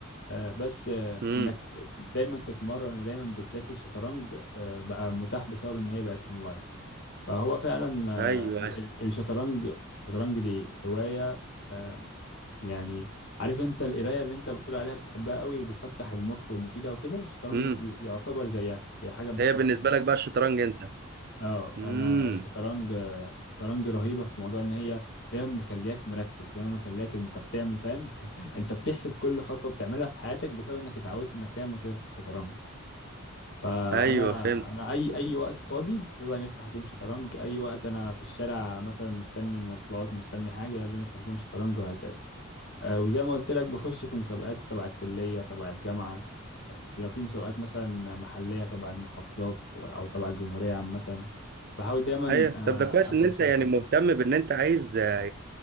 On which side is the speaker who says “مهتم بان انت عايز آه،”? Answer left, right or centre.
Right